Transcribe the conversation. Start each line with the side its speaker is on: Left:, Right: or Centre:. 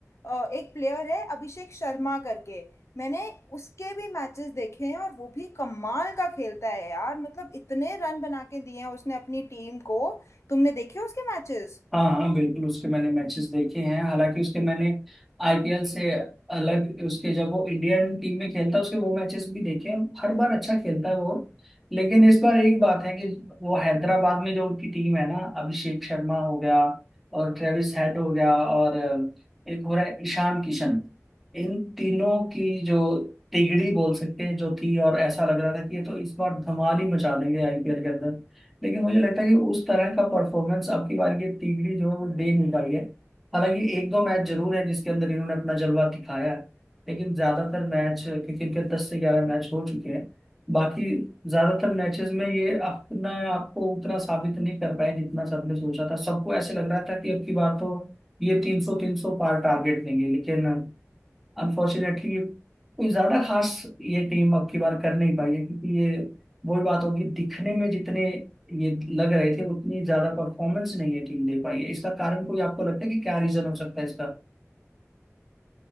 Left: अ, एक प्लेयर है अभिषेक शर्मा करके मैंने उसके भी मैचेस देखे हैं और वो भी कमाल का खेलता है यार मतलब इतने रन बना के दिए हैं उसने अपनी टीम को तुमने देखे उसके मैचेस
Centre: हाँ हाँ बिल्कुल उसके मैंने मैचेस देखे हैं हालांकि उसके मैंने आईपीएल से अलग उसके जब वो इंडियन टीम में खेलता है उसके वो मैचेस भी देखे हैं हर बार अच्छा खेलता है वो लेकिन इस बार एक बात है कि वो हैदराबाद में जो उनकी टीम है ना अभिषेक शर्मा हो गया और ट्रेविस हेड हो गया और एक हो रहा है ईशान किशन इन तीनों की जो तिगड़ी बोल सकते हैं जो थी और ऐसा लग रहा था कि ये तो इस बार धमाल ही मचा देंगे आईपीएल के लेकिन मुझे लगता है कि उस तरह का परफॉर्मेंस अब की बार की टीम जो है वो दे नहीं पाई है हालांकि एक दो मैच जरूर है जिसके अंदर इन्होंने अपना जलवा दिखाया है लेकिन ज्यादातर मैच क्योंकि इनके दस से ग्यारह मैच हो चुके हैं बाकी ज्यादातर मैचेस में ये अपना आपको उतना साबित नहीं कर पाए जितना सबने सोचा था सबको ऐसे लग रहा था कि अब की बार तो ये तीन सौ तीन सौ पार टारगेट लेंगे लेकिन अनफॉर्चुनेटली कोई ज्यादा खास ये टीम अब की बार कर नहीं पाई है क्योंकि ये वही बात होगी दिखने में जितने ये लग रहे थे उतनी ज्यादा परफॉर्मेंस नहीं ये टीम दे पाई है इसका कारण कोई आपको लगता है कि क्या रीजन हो सकता है इसका